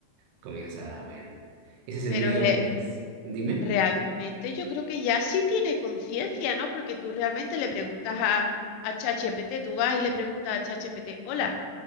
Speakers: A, on the right; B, on the left.
A: comienza, bueno, ese es el
B: Pero
A: miedo,
B: re-
A: pues. Dime.
B: realmente yo creo que ya sí tiene conciencia, ¿no? Porque tú realmente le preguntas a, a ChatGPT, tú vas y le preguntas a ChatGPT, hola,